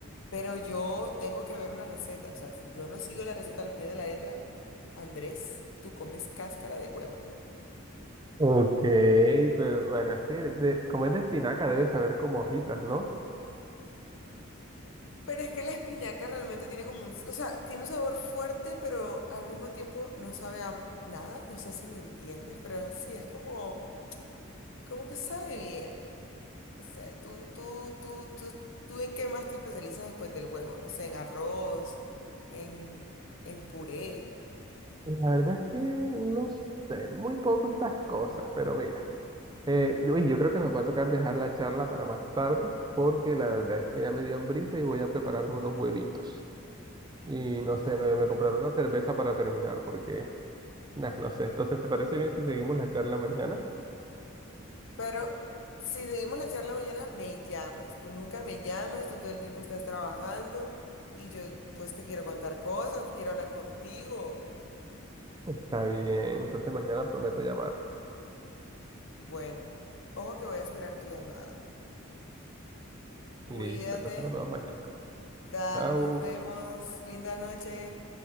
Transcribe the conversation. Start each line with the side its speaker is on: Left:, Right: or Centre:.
Left: Pero yo tengo que ver una receta, o sea, si yo no sigo la receta al pie de la letra, Andrés, tú comes cáscara de huevo.
Right: ok, pero bueno, es que de- como es de espinaca debe saber como hojitas, ¿no?
Left: Pero es que la espinaca realmente tiene como un, o sea, tiene un sabor fuerte, pero al mismo tiempo no sabe a nada, no sé si me entiendes, pero sí, es como, como que sabe bien. O sea, tú, tú, tú, tú, tú en qué más te especializas después del huevo, no sé, en arroz, en, en puré.
Right: La verdad es que no sé muy poco estas cosas, pero mira, eh, yo, y yo creo que nos va a tocar dejar la charla para más tarde, porque la verdad es que ya me dio hambrita y voy a prepararme unos huevitos. Y no sé,
Left: Ah,
Right: me, me compraron una cerveza para terminar, porque, nah, no sé. Entonces, ¿te parece bien si seguimos la charla mañana?
Left: pero si seguimos la charla mañana, me llamas. Tú nunca me llamas, tú todo el tiempo estás trabajando y yo pues te quiero contar cosas, quiero hablar contigo.
Right: Está bien, entonces mañana prometo llamar.
Left: Bueno, ojo que voy a esperar tu llamada. Cuídate,
Right: Listo, entonces nos vemos mañana.
Left: dale,
Right: Chao.
Left: nos vemos, linda noche.